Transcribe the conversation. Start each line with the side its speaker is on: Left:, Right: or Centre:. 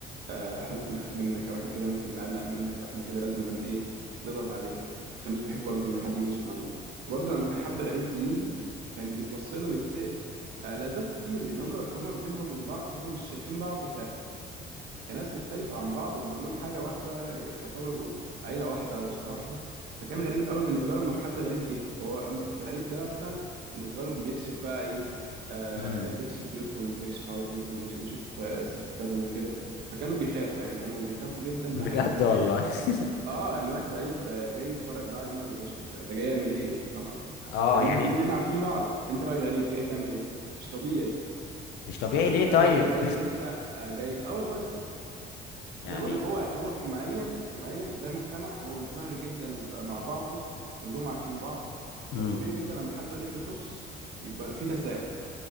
Right: آه، احنا ممكن نخاف منك او احنا كده ممكن نقلق منك او احنا كده لازم ايه نضغط عليك يعني ما كانوش بيحبوا برضه ان حد يجي يسكن عندهم برضه لما كان حد غريب بيجي كان بيتبص له ويتسال آه، لاسباب كتير لان هم هم بينهم من بعض هم مش شايفين بعض كناس مختلفة عن بعض هم كلهم حاجة واحدة يعتبروا عيلة واحدة أو أسرة واحدة فكان غريب قوي بالنسبة لهم لو حد غريب جه فهو هم- الغريب ده مثلا بالنسبة لهم بيكشف بقى إيه آه
Left: امم
Right: آه، بيكشف بيوتهم بيكشف عورات بيوتهم بيكشف بيشوف آه، ستاتهم وكده فكانوا بيخافوا يعني كانوا بيخافوا جدا من
Left: بجد
Right: الناحية الأخلاقية
Left: والله <laughs>
Right: اه ان واحد غريب آه، جاي يتفرج بقى علينا ولا جاي يشوف ده ده جاي يعمل ايه فاهم قصدي؟
Left: اه
Right: لان
Left: يعني
Right: احنا كلنا هنا عارفين بعض انت بقى غريب جاي تعمل ايه؟ مش طبيعي
Left: مش طبيعي
Right: فالغريب
Left: ليه طيب
Right: ده لا اما جاي يسرق آه، جاي اه والله ده
Left: <laughs> يعني
Right: زي ما بقول لك هو هو اجتماعيا اجتماعيا ده مجتمع هو منصهر جدا و- آه، مع بعضه كلهم عارفين بعض
Left: مم.
Right: فطبيعي جدا لما حد غريب يخش يبقى في تساؤل